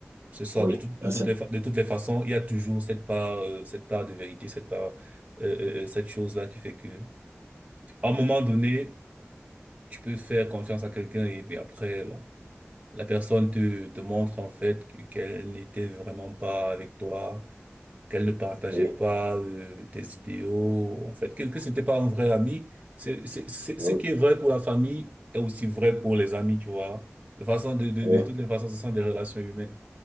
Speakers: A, on the right; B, on the right.
A: C'est ça.
B: Oui,
A: De toutes de
B: un
A: toutes
B: certain-
A: les fa- de toutes les façons, il y a toujours cette part euh, cette part de vérité, cette part euh, euh, euh, cette chose-là qui fait que à un moment donné tu peux faire confiance à quelqu'un et puis après, bon, la personne te, te montre en fait que- qu'elle n'était vraiment pas avec toi, qu'elle ne partageait
B: oui,
A: pas euh, tes idéaux, en fait, que, que c'était pas un vrai ami. C'est, c'est, c'est,
B: oui,
A: ce qui est vrai pour la famille est aussi vrai pour les amis, tu vois. De façon, de, de,
B: oui,
A: de toutes les façons, ce sont des relations humaines.